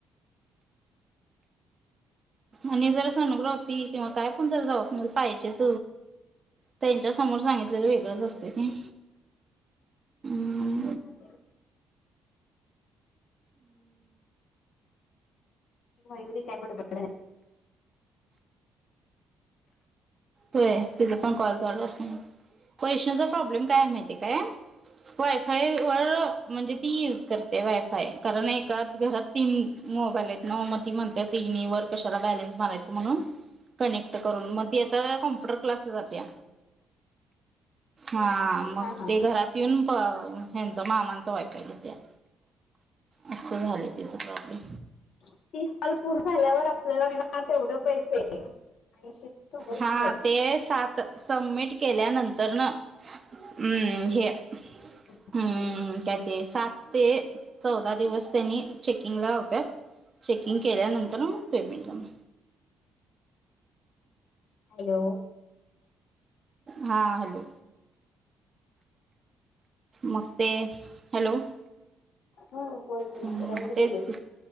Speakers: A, on the right; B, on the left.
A: आणि जरा सनोग्राफिक किंवा काय पण जर जाऊ पाहिजेच त्यांच्या समोर सांगितलेलं वेगळंच असते ते हम्म
B: हा गयवरी कायबड ब
A: होय तिचा पण कॉल चालू अस कैष्णचा प्रॉब्लेम काय आहे माहिती आहे काय वायफाय वर म्हणजे ती यूज करते वायफाय कारण एकात घरात तीन मोबाईल आहेत ना, म ती म्हणत्यात तिन्ही वर कशाला बॅलेन्स मारायचं म्हणून कनेक्ट करून मग ती आता कॉम्प परत क्लासला जात्या हां मग
B: हा हा
A: ते घरात <unintelligible> प अह ह्यांच मामांचं वायफाय घेते असं झालं तिचं प्रॉब्लेम
B: तीस कॉल पूर्ण झाल्यावर आपल्याला मिळणारं तेवढं पैसे ऐंशी शंभर रुपये
A: हा ते सात सबमिट केल्यानंतर न उम्म हे
B: <unintelligible>
A: हम्म काय ते सात ते चौदा दिवस त्यांनी चेकिंगला लावत्यात. चेकिंग केल्यानंतर मग पेमेंट जमा
B: हॅलो
A: हा हॅलो मग ते हॅलो
B: हो बोल की
A: हम्म
B: रेंज
A: मग तेच
B: गेलेली
A: की